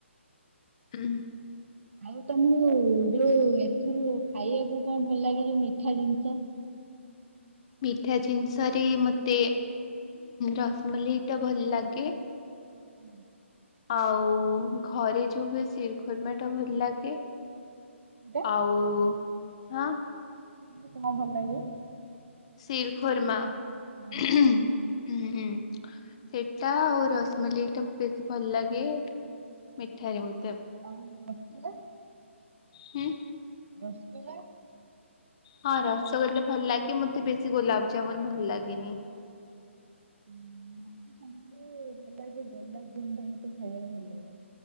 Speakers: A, on the left; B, on the right.
A: ହୁଁ।
B: ଆଉ ତମକୁ ଯୋଉ ଏଥିରୁ ଖାଇବାକୁ କଣ ଭଲ ଲାଗେ ଯୋଉ ମିଠା ଜିନିଷ?
A: ମିଠା ଜିନିଷରେ ମତେ ରସମଲେଇଟା ଭଲ ଲାଗେ।
B: ହୁଁ।
A: ଆଉ ଘରେ ଯୋଉ ହୁଏ ଶିରଖୁର୍ମାଟା ଭଲ ଲାଗେ।
B: ଟା
A: ଆଉ ହଁ।
B: <unintelligible> ଭଲ ଲାଗେ।
A: ଶିରଖୁର୍ମା
B: ହଁ,
A: ହୁଁ
B: ହଁ।
A: ହୁଁ ସେଇଟା ଆଉ ରସମଲେଇଟା ବେଶୀ ଭଲ ଲାଗେ। ମିଠା ଯୋଉ
B: ଆଉ। <unintelligible>
A: ହୁଁ।
B: ରସଗୋଲା
A: ହଁ ରସଗୋଲା ଭଲ ଲାଗେ ମତେ ବେଶୀ ଗୋଲାପଜାମୁନ ଭଲ ଲାଗେନି।
B: ହୁଁ ମତେ ସବୁଠୁ ଭଲ ଲାଗେ ଗୋଲାପଜାମୁନଟା ମତେ ଖାଇବାକୁ ଭଲ ଲାଗେ।